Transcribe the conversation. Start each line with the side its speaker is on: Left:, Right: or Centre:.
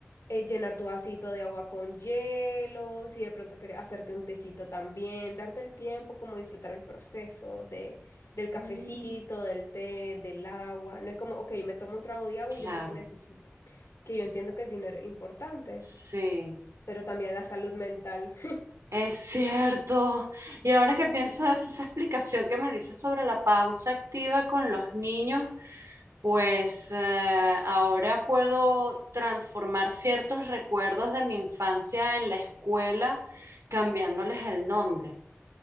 Left: eh, llenar tu vasito de agua con hielo, si de pronto quieres hacerte un tecito también, darte el tiempo, como disfrutar el proceso de, del cafecito,
Right: Mm,
Left: del té, del agua. No es como, ok, me tomo un trago de agua
Right: claro.
Left: y yo sé que necesito que yo entiendo que el dinero es importante,
Right: Sí.
Left: pero también la salud mental.
Right: Es cierto. Y ahora que pienso es esa explicación que me dices sobre la pausa activa con los niños, pues eh, ahora puedo transformar ciertos recuerdos de mi infancia en la escuela cambiándoles el nombre,